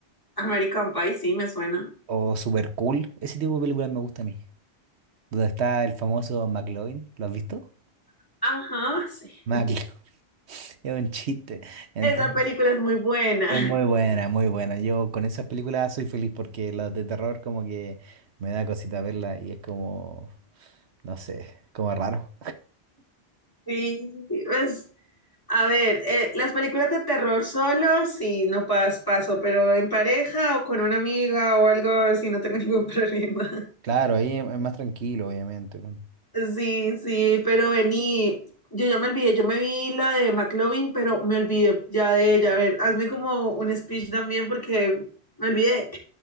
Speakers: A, on the left; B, on the right.
A: American Pie, sí, me suena.
B: o Super Cool, ese tipo de películas me gusta a mí. Donde está el famoso McLovin, ¿lo has visto?
A: Ajá, sí.
B: McLovin, <laughs> es un chiste. Entonces,
A: Esa película es muy buena.
B: es muy
A: <laughs>
B: buena, muy buena. Yo con esas películas soy feliz porque las de terror como que me da cosita verla y es como, no sé, como raro.
A: Sí, pues A ver, eh, las películas de terror solo, sí, no pas- paso, pero en pareja o con una amiga o algo, sí, no tengo ningún <laughs> problema.
B: Claro, ahí es es más tranquilo, obviamente.
A: Sí, sí, pero vení, yo ya me olvidé, yo me vi la de McLovin, pero me olvidé ya de ella. A ver, hazme como un speech también porque me olvidé.